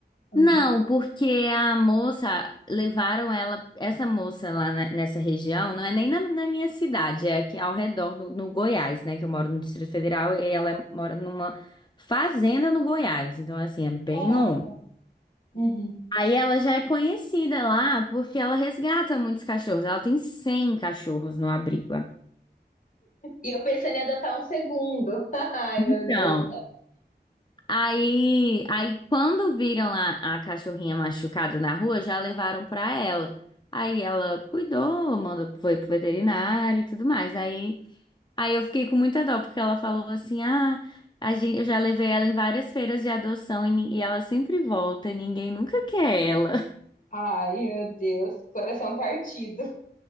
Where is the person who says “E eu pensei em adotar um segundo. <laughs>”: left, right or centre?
Left